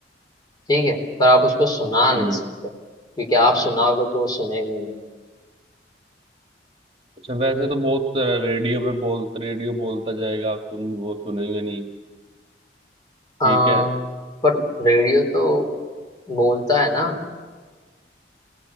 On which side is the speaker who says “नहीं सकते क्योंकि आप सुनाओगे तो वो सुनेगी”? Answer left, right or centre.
Left